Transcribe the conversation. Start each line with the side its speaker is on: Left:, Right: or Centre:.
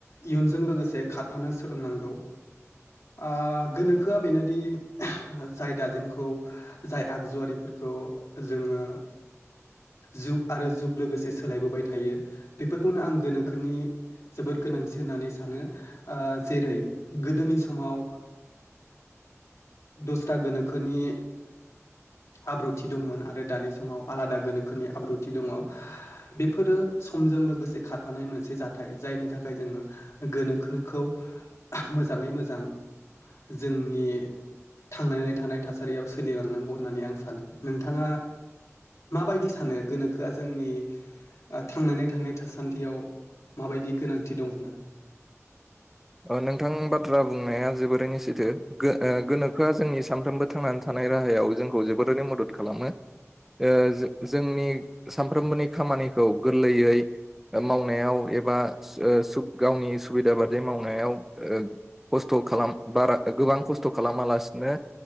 Left: इयुनजों लोगोसे खारफानो सोलोंनांगौ, ओ गोनोखोआ बेनोदि जाय दाजेमखौ जाय आगजु आरिफोरखौ जोङो जुग आरो जुग लोगोसे सोलायबोबाय थायो बेफोरखौनो आं गोनोखोनि जोबोद गोनांथि होननानै सानो ओ जेरै गोदोनि समाव दसथा गोनोखोनि, आब्रुथि दंमोन आरो दानि समाव आलादा गोनोखोनि आब्रुथि दङ। बेफोरो समजों लोगोसे खारफानाय मोनसे जाथाय जायनि थाखाय जोङो गोनोखोनोखौ मोजाङै मोजां जोंनि थांनानै थानाय थासारियाव सोलिलांनांगौ होननानै आं सानो। नोंथाङा माबायदि सानो गोनोखोआ जोंनि थांनानै थानाय थासान्दियाव, माबायदि गोनांथि दं होननानै
Centre: ओ नोंथां बाथ्रा बुंनाया जोबोरै सैथो गो ओ गोनोखोआ जोंनि सानफ्रोमबो थांनानै थानाय राहायाव जोंखौ जोबोरै मदद खालामो। ओ जो जोंनि सानफ्रोमबोनि खामानिखौ गोरलैयै ओ मावनायाव एबा सो ओ सुब गावनि सुबिदा बादि माव नायाव ओ खस्थ' खालाम बारा गोबां खस्थ' खालामालासिनो,